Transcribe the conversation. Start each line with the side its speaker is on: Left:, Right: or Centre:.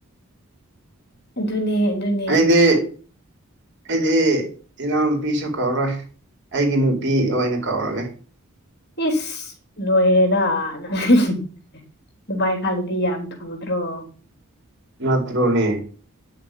Left: ꯑꯗꯨꯅꯦ ꯑꯗꯨꯟ
Right: ꯑꯩꯗꯤ ꯑꯩꯗꯤ ꯏꯅꯥꯎꯅꯨꯄꯤꯁꯨ ꯀꯧꯔꯣꯏ ꯑꯩꯒꯤ ꯅꯨꯄꯤ ꯑꯣꯏꯅ ꯀꯧꯔꯒꯦ
Left: ꯏꯁ ꯂꯣꯏꯔꯦꯗ ꯅꯪ <unintelligible> ꯑꯗꯨꯃꯥꯢ ꯈꯜꯂꯗꯤ ꯌꯥꯝ ꯊꯨꯗ꯭ꯔꯣ
Right: ꯅꯠꯇ꯭ꯔꯣꯅꯦ